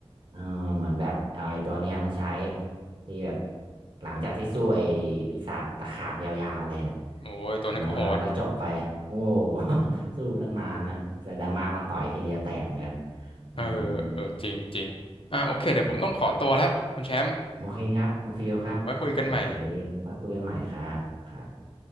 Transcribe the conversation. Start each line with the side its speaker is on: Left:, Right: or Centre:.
Right: เออเหมือนแบบเอาไอ้ตัวเนี้ยมาใช้ที่แบบหลังจากที่สู้ไอ้ปีศาจตะขาบยาวๆเลยเนี่ย
Left: โอ้ยตัวนั้นก็โหด
Right: เออแล้วก็จบไปโอ้ <laughs> สู้ตั้งนานนะแต่ดราม่ามาต่อยทีเดียวแตกเหมือนกันเออเออ
Left: เออเออจริงจริงอ่าโอเคเดี๋ยวผมต้องขอตัวแล้ว
Right: นี่
Left: คุณแชมป์
Right: โอเคครับคุณฟิลครับโอเค
Left: ไว้คุยกันใหม่
Right: ไว้คุยกันใหม่ครับครับ